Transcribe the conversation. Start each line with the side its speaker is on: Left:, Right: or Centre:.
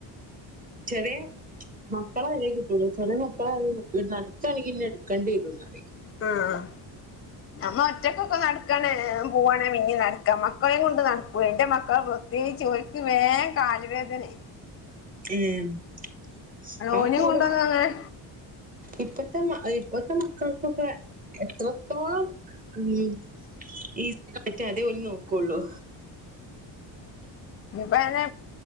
Right: ചെറിയ മക്കളെ വെരെ കിട്ടുലാ ചെറെ മക്കളാണെങ്കിൽ നട്ക്കാണെങ്കിൽ ഇന്നെ ഇട്ക്കെണ്ടി വെരുംന്നറിയെ
Left: ആ ആ നമ്മൾ ഒറ്റക്കൊക്കെ നടക്കാണെൽ വേം പോവാണേൽ വേംനടക്കാ മക്കളെം കൊണ്ട് നട്ക്കൂലെ ന്റെ മക്ക ക്കൾ പ്രത്യേകിച്ച് ഓര്ക്ക് വേം കാൽ വേദനെയ്
Right: ഉം <unintelligible>
Left: ഓനിം കൊണ്ടൊന്നും അങ്ങനെ
Right: ഇപ്പത്തെ മക്കൾക്കൊക്കെ എത്രത്തോളം ഈ <unintelligible> അതേ ഓൽ നോക്കൊള്ളു
Left: ഇപ്പ അങ്ങനെ